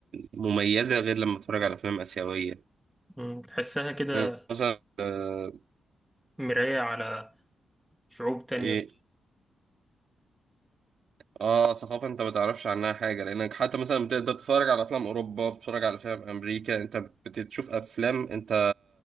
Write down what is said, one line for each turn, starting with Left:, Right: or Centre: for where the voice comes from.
Right: مميزة غير لما أتفرج على أفلام آسيوية
Centre: مم، تحسها كده
Right: يعني مثلا آه،
Centre: مراية على شعوب تانية
Right: إيه، اه ثقافة انت ما تعرفش عنها حاجة لانك حتى مثلا بتقدر تتفرج على افلام اوروبا بتتفرج على افلام امريكا انت بتشوف افلام انت